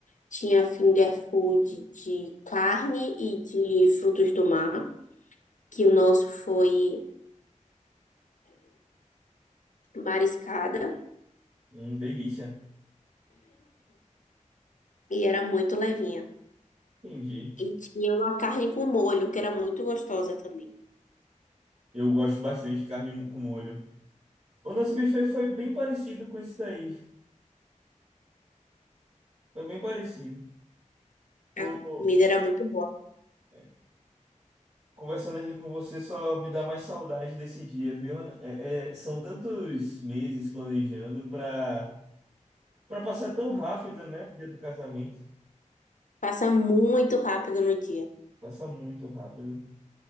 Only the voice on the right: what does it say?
hum, delícia.
Entendi.
Eu gosto bastante de carne mo- com molho. O nosso buffet foi bem parecido com esse daí. Foi bem parecido. Tô
é, conversando aqui com você, só me dá mais saudade desse dia, viu? É, é, são tantos meses planejando pra, pra passar tão rápido, né? O dia do casamento.
Passa muito rápido.